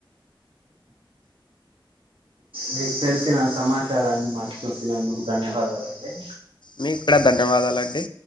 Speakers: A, on the right (about 80°); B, on the left (about 60°).
A: మీకు తెలిసిన సమాచారాన్ని మన చూసినందుకు ధన్యవాదాలండి
B: మీ కూడా దం ధన్యవాదాలండి